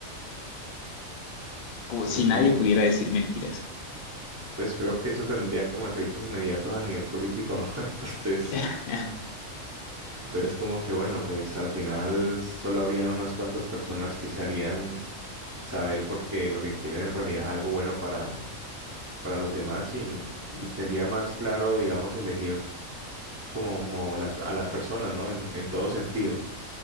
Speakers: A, on the left; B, on the right.
A: como si
B: Mm,
A: nadie pudiera decir mentiras.
B: pues creo que eso tendría como efectos inmediatos a nivel político, ¿no? <laughs> Entonces...
A: <laughs>
B: Entonces, como que bueno, pues al final solo habrían unas cuantas personas que se harían saber porque lo que quieren en realidad es algo bueno para, para los demás y, y sería más claro, digamos, elegir como, mo- las, a las personas, ¿no? En, en todo sentido,